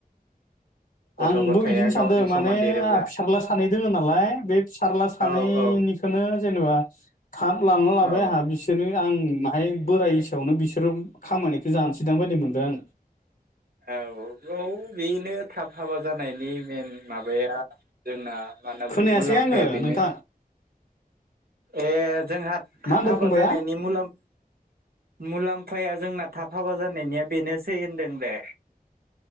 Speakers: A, on the right; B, on the left.
A: गथ'
B: आंबो
A: गथाया
B: बिदिनो सानदों
A: गावजों
B: माने
A: समान देरोब्ला
B: आंहा फिसाला सानै दोङ नालाय बे फिसाला सानैनि
A: औ औ
B: खौनो जेनेबा थाब लांना लाबाय
A: औ
B: आंहा बिसोरनि आं माहाय बोराय सायावनो बिसोरो खामानिखौ जानोसैदां बायदि मोनदों आं।
A: औ- औ बेनो थाब हाबा जानायनि मेन माबाया जोंना मा होनना बुङो
B: खोनायासै
A: मुलाम्फाया
B: आङो
A: बेनो।
B: नोंथां
A: ऐ जोंहा थाब
B: मा होनदों
A: हाबा
B: फंबाया
A: जानायनि मुलाम जोंना थाब हाबा जानायनिया बेनोसै होनदोंरे।